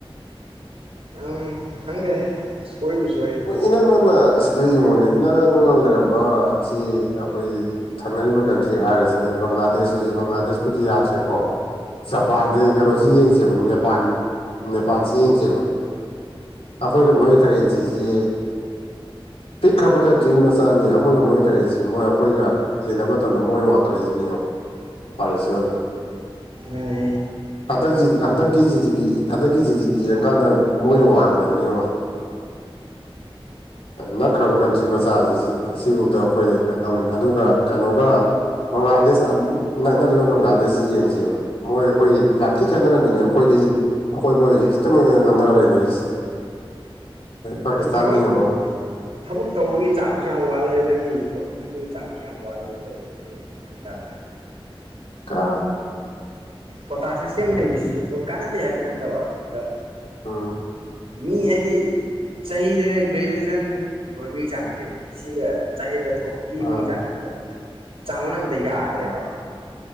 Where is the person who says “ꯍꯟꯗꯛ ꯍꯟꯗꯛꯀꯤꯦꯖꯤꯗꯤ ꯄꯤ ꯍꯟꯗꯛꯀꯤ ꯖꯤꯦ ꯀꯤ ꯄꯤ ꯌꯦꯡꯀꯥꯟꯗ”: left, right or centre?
Left